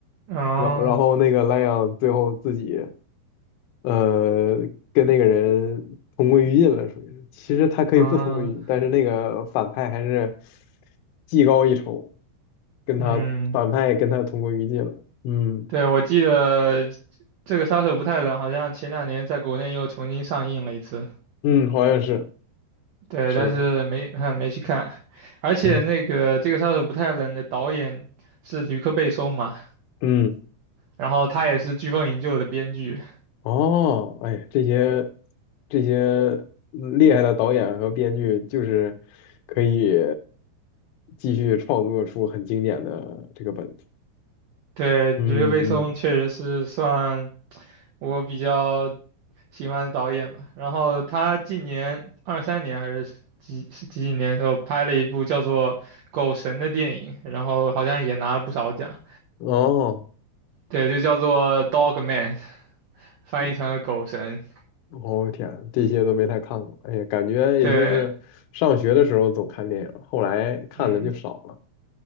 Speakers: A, on the right; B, on the left.
A: 哦，
B: 然然后那个莱昂最后自己呃跟那个人同归于尽了，属于是其实他可以不同归于尽，
A: 哦，
B: 但是那个反派还是技高一筹，跟他反派跟他同归于尽了。
A: 嗯。
B: 嗯
A: 对，我记得这个杀手不太冷，好像前两年在国内又重新上映了一次。
B: 嗯，好像是
A: 对，
B: 是的，
A: 但是没 <laughs> 没去看，而且那个这个杀手不太冷的导演是吕克贝松嘛，
B: 嗯嗯。
A: 然后他也是《飓风营救》的编剧。
B: 哦，哎，这些这些厉害的导演和编剧，就是可以继续创作出很经典的这个本子。
A: 对，吕克贝松确实是算
B: 嗯
A: 我比较喜欢的导演吧。然后他近年二三年还是几是几几年的时候拍了一部叫做《狗神》的电影，然后好像也拿了不少奖。
B: 嗯，哦，
A: 对，就叫做 Dog Man，翻译成了狗神。
B: 嗯我、天啊，这些都没太看过。哎呀，感觉也就是上学的时候总看电影，
A: 对，
B: 后来看的就少了。
A: 嗯